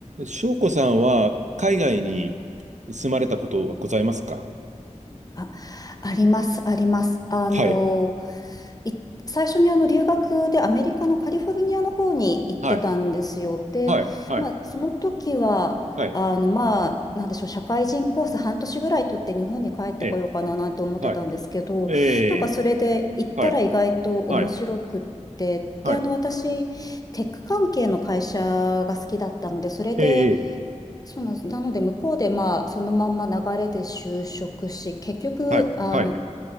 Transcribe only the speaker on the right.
翔子さんは海外に住まれたことはございますか
はい。
はい。
はい。はい。
はい。
ええ。はい。ええ。
はい。はい。はい。
ええ。ええ
はい。
はい。